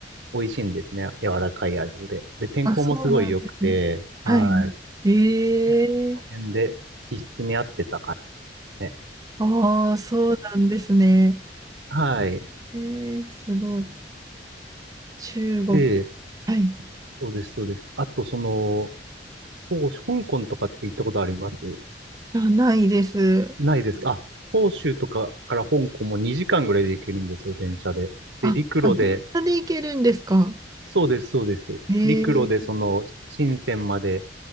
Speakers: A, on the right (about 85°); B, on the right (about 20°).
A: 美味しいんですね。柔らかい味で。で、天候もすごい良くて、
B: あ、そうなんですね。はい。
A: はい。
B: はいええ
A: なんか、この辺で気質に合ってた感じですね。
B: ああー、そうなんですね。
A: はい。
B: ええすごい。中国。
A: で、
B: はい。
A: そうです、そうです。あと、その、ほう香港とかって行ったことあります
B: あ、ないです。
A: ないですかあ、広州とかから香港も2時間ぐらいで行けるんですよ、電車で。
B: あ、
A: で、陸路で
B: あ、電車で行けるんですか
A: そうです、そうです。
B: ええ
A: 陸路でその、深センまで